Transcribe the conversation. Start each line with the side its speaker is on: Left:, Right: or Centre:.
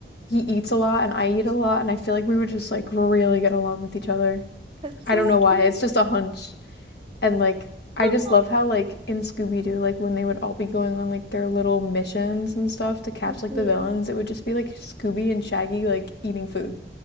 Left: he eats a lot and I eat a lot and I feel like we would just like really get along with each other.
Right: That's
Left: I
Right: so
Left: don't know why,
Right: cute.
Left: it's just a hunch. And like I
Right: Aw.
Left: just love how like in Scooby-Doo, like when they would all be going on like their little missions and stuff to catch
Right: Mhm.
Left: like the villains, it would just be like Scooby and Shaggy like eating food.